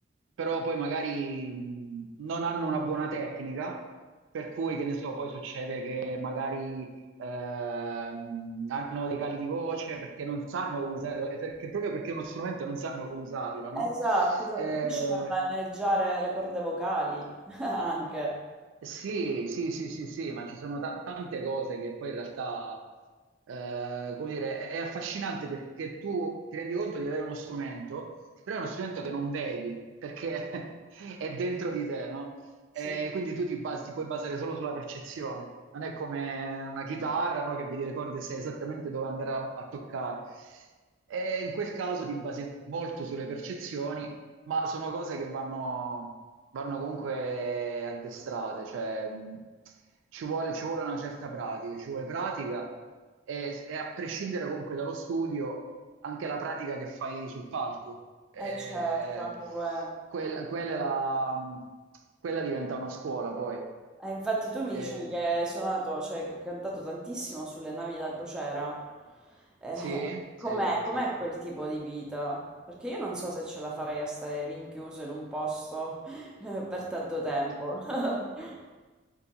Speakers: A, on the right (about 80°); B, in the centre.
A: però poi magari mh, non hanno una buona tecnica, per cui, che ne so, poi succede che magari ehm, hanno dei cali di voce perché non sanno come usarlo, e perché, proprio perché è uno strumento non sanno come usarlo, no?
B: eh, esatto, esatto,
A: Eh,
B: finisci per maneggiare le corde vocali, <laughs> anche,
A: Sì, sì, sì, sì, sì, ma ci sono ta- tante cose che poi in realtà, eh, come dire, è, è affascinante perché tu ti rendi conto di avere uno strumento, però è uno strumento che non vedi perché <laughs> è dentro di te, no? E
B: sì,
A: quindi tu ti, bas- ti puoi basare solo sulla percezione. Non è come una chitarra, no? Che vedi le corde e sai esattamente dove andare a, a toccare. E in quel caso ti basi molto sulle percezioni ma sono cose che vanno, vanno comunque addestrate, cioè mh, ci vuole, ci vuole una certa pratica, ci vuole pratica e, e a prescindere comunque dallo studio, anche la pratica che fai sul palco, Eh,
B: eh certo, anche quello.
A: quella, quella è la- quella diventa una scuola poi.
B: Eh, infatti tu mi
A: Eh,
B: dicevi che hai suonato, cioè che hai cantato tantissimo sulle navi da crociera. Eh,
A: sì, sì,
B: com'è, com'è
A: sì.
B: quel tipo di vita? Perché io non so se ce la farei a stare rinchiuso in un posto <laughs> eh, per tanto tempo. <laughs>